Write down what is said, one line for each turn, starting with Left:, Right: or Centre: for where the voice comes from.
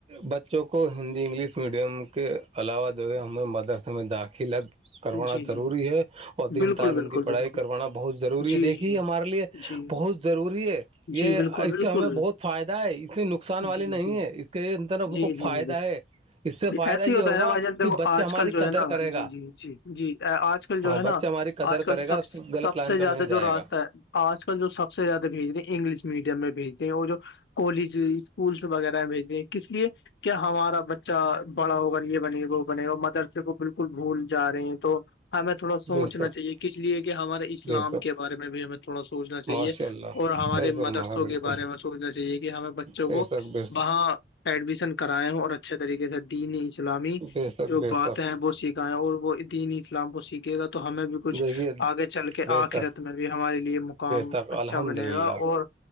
Right: ب جو کو ہندی انگلش میڈیم کے علاوہ جو ہے ہم مدرسے میں داخل کروانا
Left: جی
Right: ضروری
Left: جی
Right: ہے اور دین
Left: بالکل
Right: تعلیم
Left: بالکل
Right: کی پڑھائی
Left: بالکل
Right: کروانا بہت ضروری
Left: جی
Right: ہے دیکھیے
Left: جی
Right: ہمارے لیے
Left: جی
Right: بہت ضروری ہے یہ
Left: جی بالکل
Right: اس
Left: بالکل
Right: سے ہمیں بہت فائدہ ہے اس سے نقصان والی
Left: جی جی
Right: نہیں ہے اس کے اندر ہم
Left: جی
Right: کو
Left: جی
Right: فائدہ
Left: جی
Right: ہے اس سے
Left: جی،
Right: فائدہ
Left: ایسے ہی
Right: یہ
Left: ہوتا
Right: ہوگا
Left: ہے نا بھائی جان دیکھو
Right: کہ بچہ
Left: آج
Right: ہماری
Left: کل جو
Right: قدر
Left: ہے نا
Right: کرے
Left: جی
Right: گا
Left: جی جی جی آج کل جو
Right: ہاں
Left: ہے نا
Right: بچہ ہماری قدر
Left: آج کل
Right: کرے
Left: سب
Right: گا
Left: سب
Right: غلط لائن
Left: سے
Right: پہ
Left: زیادہ
Right: نہیں
Left: جو
Right: جائے
Left: راستتا
Right: گا
Left: ہے آج کل جو سب سے زیادہ بھیج رہ ہیں انگلش میڈیم میں بھیج رہ ہیں وہ جو کالج اسکولس وغیرہ بھیج د کس لیے کہ ہمارا بچہ بڑا ہوگا یہ بنے گا وہ بنے گا مدرسے کو بالکل بھول جا رہے ہیں تو ہمیں تھوڑا سوچنا
Right: بے شک
Left: چاہیے کس لیے کہ ہمارے اسلام
Right: بے شک
Left: کے بارے میں بھی ہمیں تھوڑا سوچنا چے
Right: ماشاء
Left: چاہیے
Right: اللہ
Left: اور ہمارے
Right: صحیح فرمایا
Left: مدرسوں
Right: بالکل
Left: کے بارے میں سوچنا چاہیے کہ ہمیں بچوں
Right: بے
Left: کو
Right: شک بے
Left: وہاں
Right: شک
Left: ایڈمیشن کرائے ہ اور اچھے طریقے سے دین اسلامی
Right: بے شک
Left: جو
Right: بے
Left: بات
Right: شک
Left: ہیں وہ سیککھائیں اور وہ دین اسلام کو سیکھے گا تو ہمیں بھی کچھ
Right: دیکھیے
Left: آگے چل کے
Right: بے
Left: آخرت
Right: شک
Left: میں بھی ہمارے لیے مقام
Right: بے شک
Left: اچھا
Right: الحمد
Left: بنے
Right: للہ
Left: گا اور